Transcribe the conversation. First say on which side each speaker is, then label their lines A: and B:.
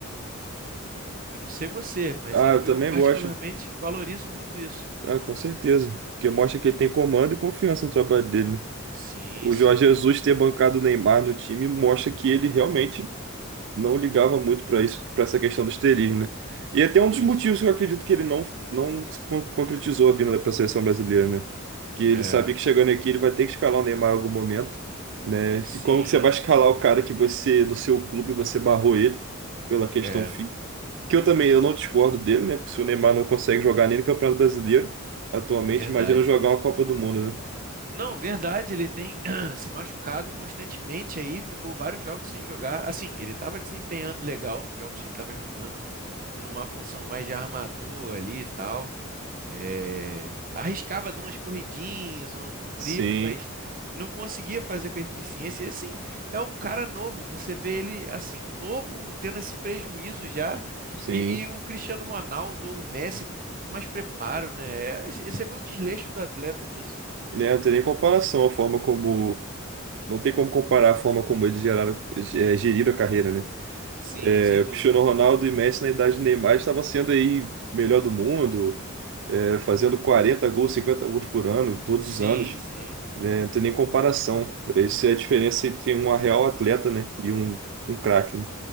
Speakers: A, on the right (about 40°); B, on the right (about 60°).
A: Eu não sei você, mas
B: Ah,
A: eu,
B: eu também
A: eu particularmente
B: gosto.
A: valorizo muito isso.
B: Ah, com certeza. Porque mostra que ele tem comando e confiança no trabalho dele, né?
A: Sim,
B: O
A: sim,
B: Jorge Jesus ter bancado o Neymar no time mostra que ele realmente não ligava muito para isso, para essa questão do estrelismo, né? E é até
A: isso.
B: um dos motivos que eu acredito que ele não, não con- concretizou a vinda para a seleção brasileira, né? Que ele
A: É,
B: sabia que chegando aqui ele vai ter que escalar o Neymar em algum momento, né?
A: sim,
B: E como que você vai escalar o cara que você, no seu clube, você barrou ele pela questão
A: é,
B: fim? Que eu também eu não discordo dele, né? Porque se o Neymar não consegue jogar nem no Campeonato Brasileiro atualmente,
A: verdade.
B: imagina jogar uma Copa do Mundo, né?
A: Não, verdade, ele tem <clears throat> se machucado constantemente aí, ficou vários jogos sem jogar. Assim, ele estava desempenhando legal nos jogos que ele estava jogando, numa função mais de armador ali e tal. É, arriscava dar umas corridinhas, um, um drible,
B: Sim,
A: mas não conseguia fazer com eficiência. E assim, é um cara novo. Você vê ele assim, novo, tendo esse prejuízo já.
B: sim.
A: E, e o Cristiano Ronaldo ou o Messi com muito mais preparo, né? É, Você vê o desleixo do atleta nisso.
B: né, não tem nem comparação a forma como. Não tem como comparar a forma como eles geraram, eh, geriram a carreira, né?
A: Sim,
B: Eh,
A: sem
B: o
A: dúvida.
B: Cristiano Ronaldo e Messi, na idade do Neymar, estavam sendo aí melhor do mundo, eh, fazendo 40 gols, 50 gols por ano, todos
A: Sim,
B: os anos.
A: sim.
B: né? não tem nem comparação. Essa é a diferença entre um real atleta, né, e um, um craque, né?